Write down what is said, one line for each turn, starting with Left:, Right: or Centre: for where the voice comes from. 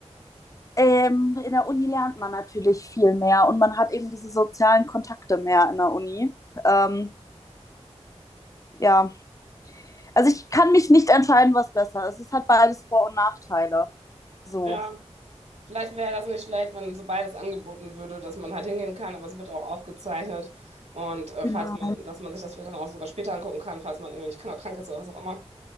Left: Ähm, in der Uni lernt man natürlich viel mehr und man hat eben diese sozialen Kontakte mehr in der Uni. Ähm, ja, also ich kann mich nicht entscheiden, was besser ist. Es hat beides Vor- und Nachteile. So.
Right: Ja. Vielleicht wäre das nicht schlecht, wenn so beides angeboten würde, dass man halt hingehen kann, aber es wird auch aufgezeichnet. Und äh,
Left: Genau.
Right: falls man, dass man sich das vielleicht dann auch sogar später angucken kann, falls man irgendwie nicht kann, krank ist oder was auch immer.